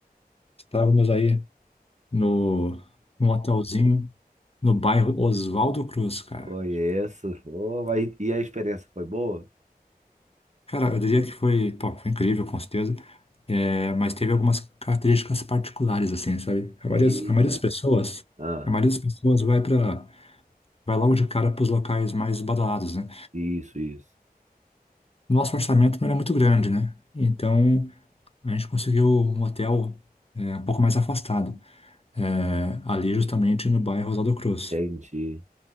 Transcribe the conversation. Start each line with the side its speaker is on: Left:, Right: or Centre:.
Left: Estávamos aí no, num hotelzinho no bairro Oswaldo Cruz, cara.
Right: conheço. Ô, vai- E a experiência foi boa?
Left: Cara, eu diria que foi, pô, foi incrível, com certeza. É, mas teve algumas características particulares, assim, sabe? A
Right: Eita,
Left: maioria, a maioria das pessoas,
Right: ah,
Left: a maioria das pessoas vai para, vai logo de cara para os locais mais badalados, né?
Right: isso, isso,
Left: Nosso orçamento não era muito grande, né? Então a gente conseguiu um hotel é, um pouco mais afastado, é, ali justamente no bairro Oswaldo Cruz.
Right: entendi.